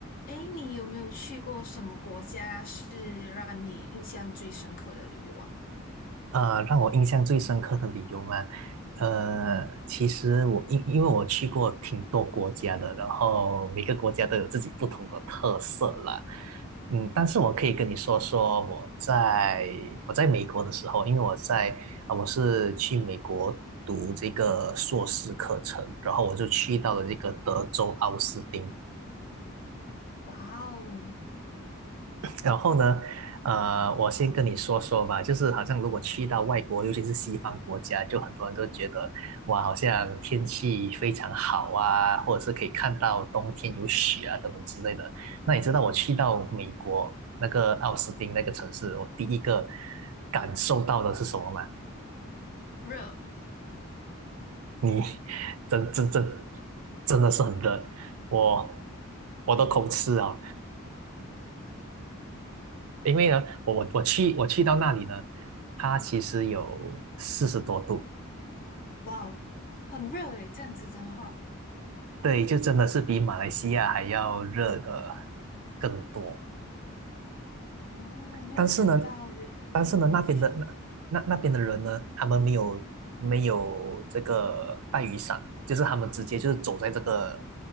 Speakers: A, on the left (about 40°); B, on the right (about 80°).
A: 哎，你有没有去过什么国家是让你印象最深刻的旅游啊？
B: 呃，让我印象最深刻的理由嘛，呃，其实我因因为我去过挺多国家的，然后每个国家都有自己不同的特色啦。嗯，但是我可以跟你说说我在我在美国的时候，因为我在啊、我是去美国读这个硕士课程，然后我就去到了这个德州奥斯汀。
A: 哇哦，
B: 然后呢，呃，我先跟你说说吧，就是好像如果去到外国，尤其是西方国家，就很多人都觉得哇，好像天气非常好啊，或者是可以看到冬天有雪啊等等之类的。那你知道我去到美国那个奥斯汀那个城市，我第一个感受到的是什么吗？
A: 热，
B: 你 <laughs> 真真真真的是很热，我我都口吃啊。因为呢，我我我去我去到那里呢，它其实有四十多度，
A: 哇哦，很热诶，这样子真的话，
B: 对，就真的是比马来西亚还要热的更多。
A: 哦，没有想到诶。
B: 但是呢，但是呢，
A: 嗯，
B: 那边的
A: 你去，
B: 那那那边的人呢，他们没有没有这个带雨伞，就是他们直接就是走在这个